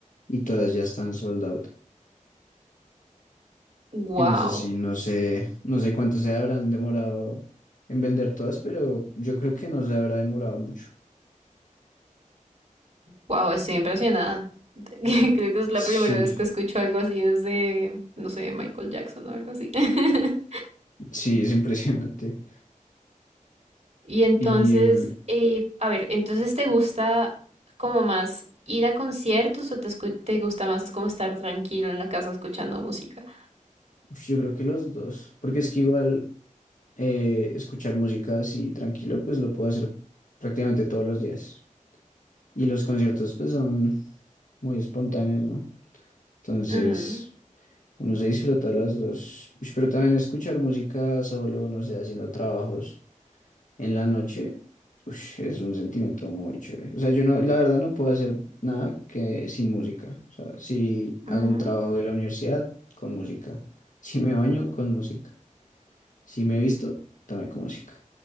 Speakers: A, on the left; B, on the right.
A: y todas ya están sold out.
B: Wow.
A: En esas sí, no sé, no sé cuánto se habrán demorado en vender todas, pero yo creo que no se habrá demorado mucho.
B: Wow, estoy impresionada. <laughs> Creo que es la
A: Sí,
B: primera vez que escucho algo así desde, no sé, Michael Jackson o algo así. <laughs>
A: sí, es impresionante.
B: Y entonces,
A: Y eh,
B: eh, a ver, entonces ¿te gusta como más ir a conciertos o te, escu- te gusta más es como estar tranquilo en la casa escuchando música?
A: uf, yo creo que los dos, porque es que igual eh, escuchar música así tranquilo, pues lo puedo hacer prácticamente todos los días. Y los conciertos pues son muy espontáneos, ¿no? Entonces,
B: Mm,
A: uno se disfruta las dos. Ush, Pero también escuchar música solo, no sé, haciendo trabajos. en la noche, ush, es un sentimiento muy chévere. O sea, yo no, la verdad no puedo hacer nada que sin música. O sea, si hago
B: mm,
A: un trabajo de la universidad, con música. <laughs> Si me baño, con música. Si me visto, también con música.